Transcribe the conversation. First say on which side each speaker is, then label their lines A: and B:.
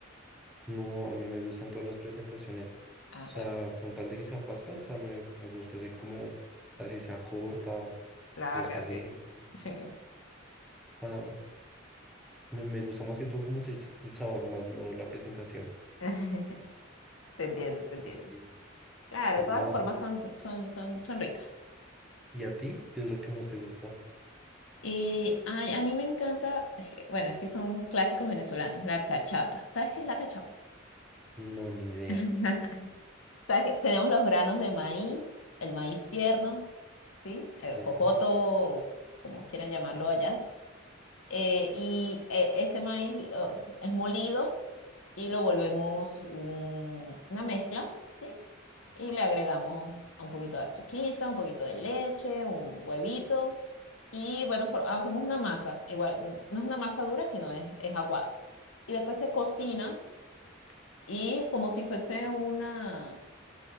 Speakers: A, in the centre; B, on the left (about 80°).
A: No, a mí me gustan todas las presentaciones.
B: Ah,
A: O
B: está
A: sea,
B: bien.
A: con tal de que sea pasta, o sea, me, me gusta así como, así sea corta
B: Larga,
A: o espagueti.
B: sí.
A: O
B: Sí.
A: sea, me, me gusta más que todo como es el, sa- el sabor, más no la presentación.
B: <laughs> Te entiendo, te
A: Pero
B: entiendo.
A: sí,
B: Claro,
A: es
B: todas
A: muy...
B: las formas son, son, son, son ricas.
A: ¿Y a ti? ¿Qué es lo que más te gusta?
B: Y ay, a mí me encanta, es que- bueno, es que son clásicos venezolanos, la cachapa. ¿Sabes qué es la cachapa?
A: No, ni idea.
B: <laughs> sea, que tenemos los granos de maíz, el maíz tierno, ¿sí? Eh,
A: Sí,
B: jojoto, o como quieran llamarlo allá. Eh, y eh, este maíz lo- es molido y lo volvemos un- una mezcla, ¿sí? Y le agregamos un poquito de azuquita, un poquito de leche, un huevito. Y bueno, for- hacemos una masa. Igual, n- no es una masa dura, sino es, es aguada. Y después se cocina y como si fuese una,